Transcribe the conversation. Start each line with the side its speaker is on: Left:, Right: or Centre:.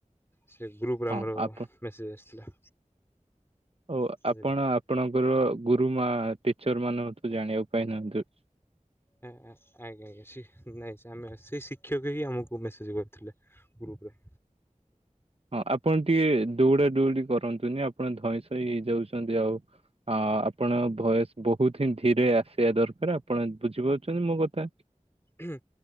Left: ସେ ଗ୍ରୁପ୍ ରେ
Right: ହଁ
Left: ଆମର
Right: ଆପଣ
Left: ମେସେଜ୍ ଆସିଥିଲା,
Right: ଓ
Left: ବୁଝିଲେ।
Right: ଆପଣ ଆପଣଙ୍କର ଗୁରୁମା ଟିଚର ମାନଙ୍କଠୁ ଜାଣିବା ପାଇଁ ନିହାନ୍ତି
Left: ଆଜ୍ଞା ଆ୍ ଆଜ୍ଞା ଆଜ୍ଞା ସି ନାଇଁ ଆମେ ସେ ଶିକ୍ଷକ ହିଁ ଆମକୁ ମେସେଜ କରୁଥିଲେ ଗ୍ରୁପରେ।
Right: ହଁ ଆପଣ ଟିକେ ଦୌଡା ଦୌଡି କରନ୍ତୁନି ଆପଣ ଧଇଁ ସଇଁ ହେଇଯାଉଛନ୍ତି ଆଉ ଆ ଆପଣ ଭୟସ୍ ବହୁତ ହିଁ ଧୀରେ ଆସିବା ଦରକାର। ଆପଣ ବୁଝିପାରୁଛନ୍ତି ମୋ କଥା।
Left: ହୁଁ।